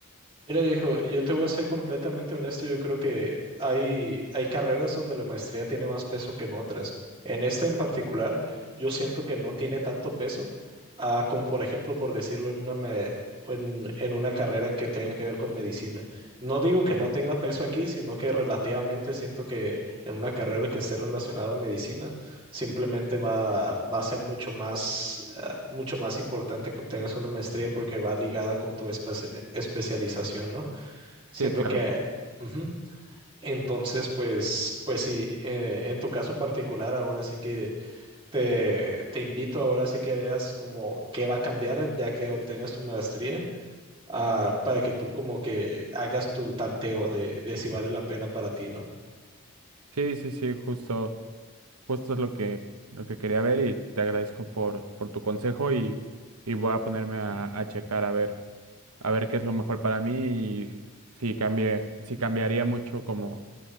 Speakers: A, on the right; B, on the right.
A: Mira, viejo, yo te voy a ser completamente honesto, yo creo que hay, hay carreras donde la maestría tiene más peso que en otras. En esta en particular, yo siento que no tiene tanto peso, ah, como por ejemplo, por decirlo, en una, me- en, en una carrera que tenga que ver con medicina. No digo
B: okay
A: que no tenga peso aquí, sino que relativamente siento que en una carrera que esté relacionada a medicina, simplemente va, va a ser mucho más, ah, mucho más importante que obtengas una maestría porque va ligada con tu espacio especialización, ¿no? Siendo
B: Sí, claro.
A: que, ujú, entonces, pues, pues sí, eh, en tu caso particular, ahora sí que te, te invito, ahora sí que veas como qué va a cambiar ya que obtengas tu maestría, ah, para que tú como que hagas tu tanteo de, de si vale la pena para ti, ¿no?
B: Sí, sí, sí, justo, justo es lo que, lo que quería ver y te agradezco por, por tu consejo y, y voy a ponerme a, a checar a ver, a ver qué es lo mejor para mí y si cambie, si cambiaría mucho como